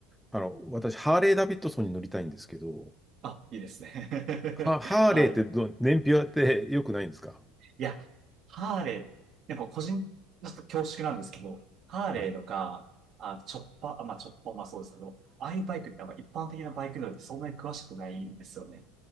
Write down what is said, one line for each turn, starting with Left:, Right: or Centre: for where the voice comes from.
Centre: あの、私、ハーレー・ダビッドソンに乗りたいんですけど、
Right: あ、いいですね。
Centre: ハ、ハーレーってど、
Right: <laughs> はい。
Centre: 燃費はって良くないんですか
Right: いや、ハーレー、やっぱ個人、ちょっと恐縮なんですけど、ハーレーとか、
Centre: はい。
Right: あ、チョッパー、あまあチョッパー、まあそうですけど、ああいうバイクってあんま一般的なバイク乗りってそんなに詳しくないんですよね。